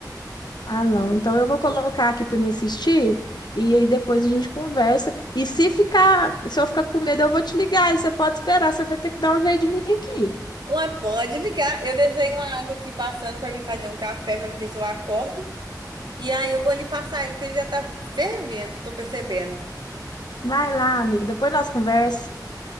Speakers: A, on the left; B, on the right.
A: Ah, não. Então eu vou colocar aqui para me assistir e aí depois a gente conversa. E se ficar, se eu ficar com medo, eu vou te ligar. E você pode esperar, você vai ter que dar um jeito de vir aqui.
B: Uma, pode ligar. Eu deixei uma água aqui passando pra me fazer um café, pra me ver se eu acordo. E aí eu vou ali passar ele, que ele já tá fervendo, que eu tô percebendo.
A: Vai lá, amiga. Depois nós conversa